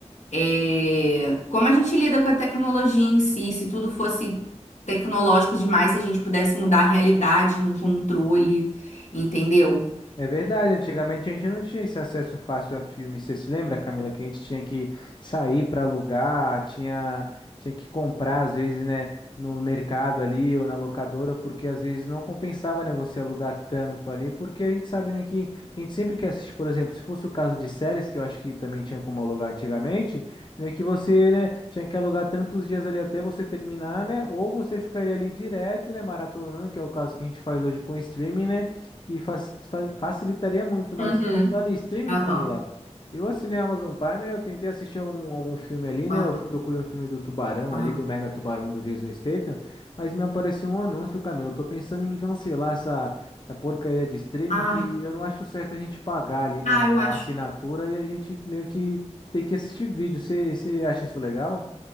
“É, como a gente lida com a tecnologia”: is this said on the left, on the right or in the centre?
Left